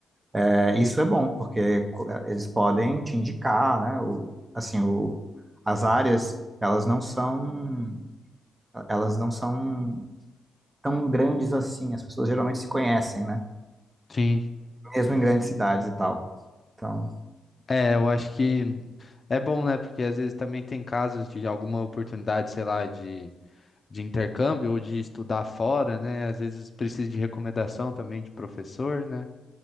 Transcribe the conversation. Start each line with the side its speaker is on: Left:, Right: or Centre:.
Right: É, isso é bom, porque eles podem te indicar, né? O, assim, o, as áreas, elas não são, elas não são tão grandes assim. As pessoas geralmente se conhecem, né?
Left: sim.
Right: Mesmo em grandes cidades e tal. Então,
Left: É, eu acho que é bom, né? Porque às vezes também tem casos de alguma oportunidade, sei lá, de, de intercâmbio ou de estudar fora, né? Às vezes precisa de recomendação também de professor, né?